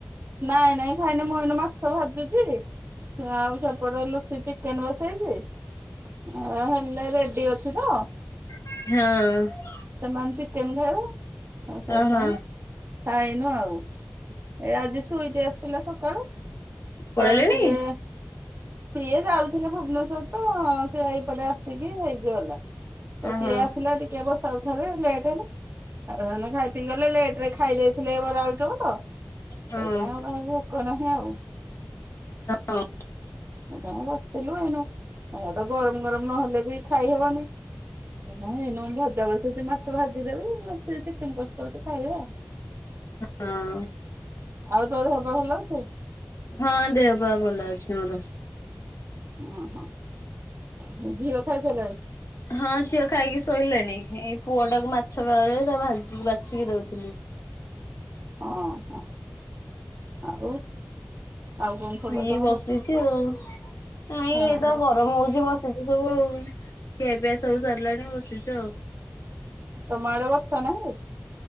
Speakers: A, on the right (about 50°); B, on the left (about 75°).
A: ନାଇଁ ନାଇଁ ଖାଇନ ମୁଇନ ମାଛ ଭାଜୁ ଛି ଆଉ ସେପଟ ଲୁଚିଛି ଚିକେନ ବସେଇଛି ହେଲେ ରେଡି ଅଛି ତ
B: ହଁ।
A: ସେମାନେ ସେ ତେଲଗୁ ଖାଇବେ ଆଉ ସେଥିପାଇଁ
B: ଓହୋ
A: ଖାଇନୁ ଆଉ ଏ ଆଜି ସ୍ବିଟି ଆସିଥିଲା ସକାଳୁ ତ
B: ପଳେଇଲେଣି
A: ସିଏ ସିଏ ଯାଉଥିଲେ ଭୁବନେଶ୍ଵର ତ ସେ ଏଇପଟେ ଆସିକି ହେଇକି ଗମଲା,। ତ
B: ଓହୋ
A: ସିଏ ଆସିଲା ଟିକେ ବସାଉଠା ହେଲେ ଲେଟ ହେଲା। ଆରେ ସେମାନେ ଖାଇ ପିଇି ଗଲେ ଲେଟ ରେ ଖାଇ ଦେଇଥିଲି ବରା ଆଳୁଚ ଚପ୍ କୁ ତ ସେଥୀ
B: ହଁ।
A: ସେ ପାଇଁ ଆଉ ଆଉ ଭୋକ ନାହିଁ ଆଉ
B: ହଁ
A: ଏ ତମ ବସିଥିଲୁ ଏନ ତ ଗରମ ଗରମ ନହେଲେ ବି ଖାଇହବନି। ଏଇନା ଏଇନା ଭଜା ବସେଇଛି ମାଛ ଭାଜିଦେବି ଚିକେନ କଷୀ ଦେଉଛି ଖାଇବେ ଆଉ।
B: ହଁ
A: ଆଉ ତୋର ଦେହ ପାହା ଭଲ ଅଛି?
B: ହଁ ଦେହ ପାହା ଭଲ ଅଛି ମୋର।
A: ଓହୋ ଆଉ ଝିଅ ଖାଇସାରିଲାଣି?
B: ହଁ ଝିଅ ଖାଇକି ଶୋଇଲାଣି ଏଇ ହଁ ହଁ ଝିଅ ଖାଇକି ସୋଇଲାନି ଏଇ ପୁଅଟାକୁ ମାଛ ଭାଜି ବାଛିକି ଦଉଥିଲି।
A: ହଁ ହ ଆଉ? ଆଉ କଣ ଖବର
B: ଏଇ
A: ତମର?
B: ବସିଛି ଆଉ ନାଇଁ
A: ହଁ
B: ଏ ତ
A: ହଁ
B: ଗରମ ହଉଛି ବସି ସବୁ ସବୁ ଖିଆ ପିଆ ସବୁ ସରିଲାଣି ବସିଛୁ ଆଉ।
A: ତମ ଆଡେ ବର୍ଷା ନାହିଁ?